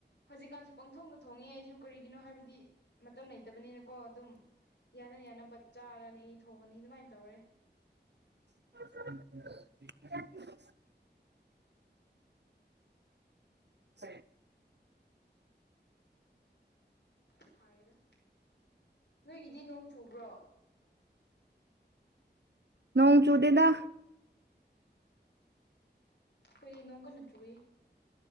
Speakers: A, on the left; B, on the right.
A: ꯍꯧꯖꯤꯛꯀꯥꯟꯁꯨ ꯄꯪꯊꯣꯡꯗ ꯊꯣꯡꯉꯦ ꯑꯩꯁꯨ ꯀꯔꯤꯒꯤꯅꯣ ꯍꯥꯏꯕꯗꯤ ꯃꯇꯝ ꯂꯩꯇꯕꯅꯤꯅꯀꯣ ꯑꯗꯨꯝ ꯌꯥꯅ ꯌꯥꯅꯕ ꯆꯥꯔꯅꯤ ꯊꯣꯡꯉꯅꯤ ꯑꯗꯨꯃꯥꯏꯅ ꯇꯧꯔꯦ
B: <unintelligible> ꯎ
A: ꯁꯥꯏꯌꯦꯅ ꯅꯣꯏꯒꯤꯗꯤ ꯅꯣꯡ ꯆꯨꯕ꯭ꯔꯣ
B: ꯅꯣꯡ ꯆꯨꯗꯦꯗ
A: ꯑꯩꯣꯏ ꯅꯣꯡꯒ ꯅꯆꯨꯦ